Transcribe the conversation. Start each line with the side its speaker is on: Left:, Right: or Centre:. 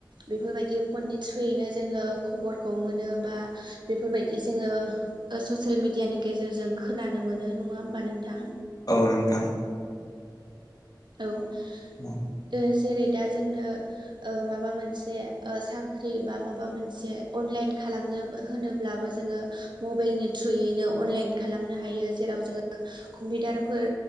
Right: बेफोरबायदि फननि थ्रुयैनो जोङो खबरखौ मोनो बा बेफोरबायदि जोङो ओ ससियेल मेडियानि गेजेरजों खोनानो मोनो नङा होमबा नोंथां
Left: औ नोंथां
Right: औ
Left: औ
Right: ओ जेरै दा जोंनो ओ माबा मोनसे ओ साख्रि बा माबा मोनसे अनलाइन खालामनो होनोब्लाबो जोङो मबाइलनि थ्रुयैनो अनलाइन खालामनो हायो जेराव जोङो कम्पिउटारफोर